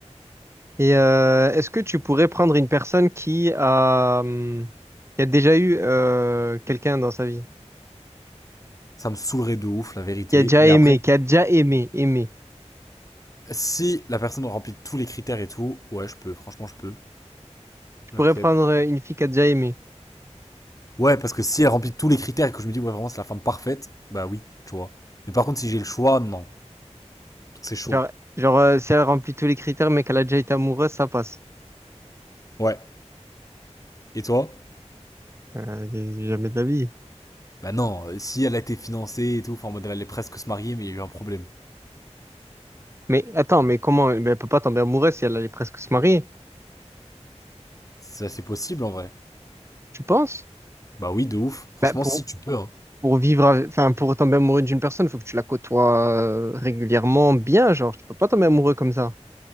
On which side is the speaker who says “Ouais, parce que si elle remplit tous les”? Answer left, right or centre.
Left